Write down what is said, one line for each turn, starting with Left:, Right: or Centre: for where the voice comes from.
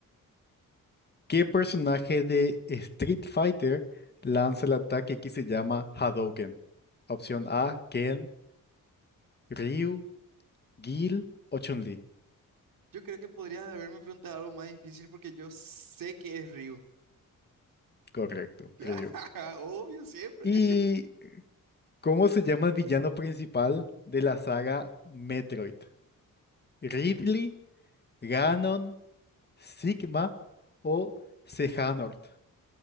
Left: ¿Qué personaje de Street Fighter lanza el ataque que se llama Hadouken? Opción A, Ken, Ryu, Gil o Chun-Li.
Right: Yo creo que podrías haberme preguntado algo más difícil porque yo sé que es Ryu.
Left: Correcto,
Right: <laughs>
Left: Ryu.
Right: Obvio, siempre.
Left: ¿Y cómo se llama el villano principal de la saga Metroid? ¿Ridley? Ganon, Sigma o Sejanort.